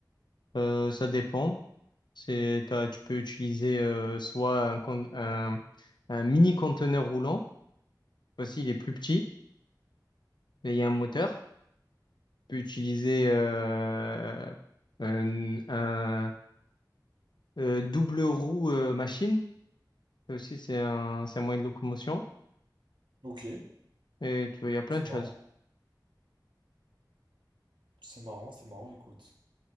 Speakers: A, on the left; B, on the right.
A: Euh, ça dépend. C'est, t'as- tu peux utiliser euh, soit un, con- un, un mini conteneur roulant, voici il est plus petit, et il y a un moteur. Tu peux utiliser euh, un, un, euh, double roue euh, machine, Ça aussi c'est un, c'est un moyen de locomotion.
B: Ok,
A: Et tu vois, il y a plein
B: c'est
A: de
B: marrant,
A: choses.
B: c'est marrant, c'est marrant, écoute.